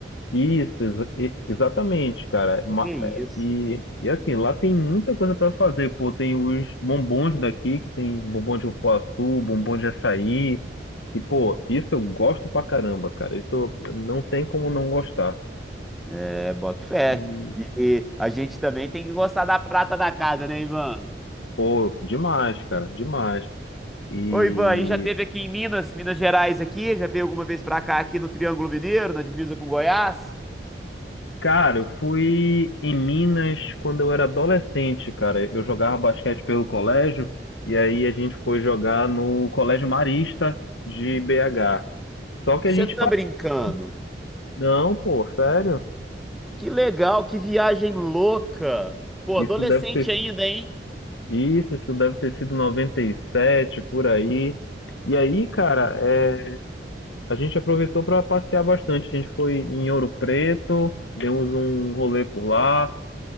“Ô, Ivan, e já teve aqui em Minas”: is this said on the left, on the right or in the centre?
Centre